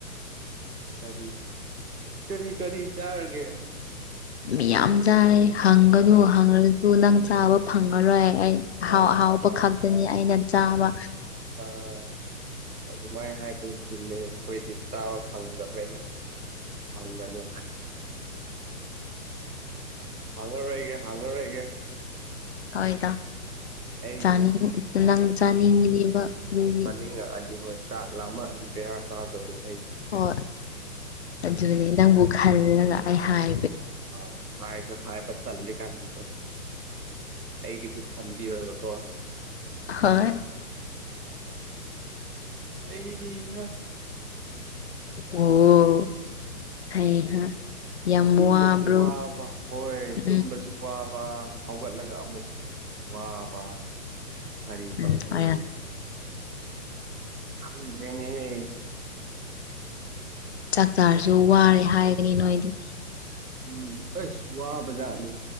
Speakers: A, on the right; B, on the left.
A: ꯐꯔꯤ ꯀꯔꯤ ꯀꯔꯤ ꯆꯥꯔꯒꯦ
B: ꯃꯤꯌꯥꯝ ꯆꯥꯔꯦ ꯍꯪꯒꯅꯨ
A: ꯑꯥ
B: ꯍꯪꯉꯁꯨ ꯅꯪ ꯆꯥꯕ ꯐꯪꯉꯔꯣꯏ ꯑꯩ ꯑꯍꯥꯎ
A: ꯑꯥ
B: ꯑꯍꯥꯎꯕ ꯈꯛꯇꯅꯤ ꯑꯩꯅ ꯆꯥꯕ
A: ꯑ ꯑꯁ ꯑꯗꯨꯃꯥꯏ ꯍꯥꯏꯕꯗꯤ ꯆꯤꯡꯅꯩ ꯑꯈꯣꯏꯗꯤ ꯆꯥꯕ ꯐꯪꯗꯕ꯭ꯔꯅ ꯍꯪꯒꯅꯨ ꯍꯥꯡꯉꯔꯣꯏꯒꯦ ꯍꯥꯡꯉꯔꯣꯏꯒꯦ
B: ꯍꯣꯏꯗ
A: ꯑꯩꯁꯦ
B: ꯆꯥꯅꯤꯡ ꯅꯪ ꯆꯥꯅꯤꯡꯒꯤꯅꯤꯕ ꯑꯗꯨꯒꯤ
A: <unintelligible> ꯑꯗꯤ ꯍꯣꯏ ꯆꯥꯛ ꯂꯥꯝꯃꯛ ꯑꯗꯤ ꯕꯦꯔꯥ ꯀꯥꯗꯧꯔꯤ
B: ꯍꯣꯏ ꯑꯗꯨꯅꯤ
A: ꯎꯝ
B: ꯅꯪꯕꯨ ꯈꯜꯂꯒ ꯑꯩ ꯍꯥꯏ
A: ꯑ ꯑ ꯍꯥꯏꯖꯨ ꯍꯥꯏꯕ ꯇꯜꯂꯤ ꯀꯥꯏ ꯃꯆꯦ ꯑꯩꯒꯤꯁꯨ ꯈꯟꯕꯤꯔꯔꯕꯀꯣ
B: ꯍꯣꯏ
A: ꯑꯩꯍꯥ
B: ꯑꯣ ꯍꯩ ꯍꯥ ꯌꯥꯝ
A: ꯇꯨꯝꯕꯁꯨ
B: ꯋꯥꯕ꯭ꯔꯣ
A: ꯋꯥꯕ ꯍꯣꯏ
B: ꯎꯝ
A: ꯇꯨꯝꯕꯁꯨ ꯆꯨ ꯋꯥꯕ ꯍꯧꯒꯠꯂꯒ ꯑꯃꯨꯛ ꯋꯥꯕ ꯀꯔꯤ
B: ꯎꯝ
A: ꯇꯧꯒꯅꯤ
B: ꯍꯣꯏ
A: ꯑꯩꯖꯦ ꯈꯪꯗ꯭ꯔꯦꯅꯦꯍꯦ
B: ꯆꯥꯛꯆꯥꯔꯁꯨ
A: ꯑꯩ
B: ꯋꯥꯔꯦ ꯍꯥꯏꯒꯅꯤ ꯅꯣꯏꯗꯤ
A: ꯎꯝ ꯑꯁ ꯋꯥꯕꯖꯥꯠꯅꯤ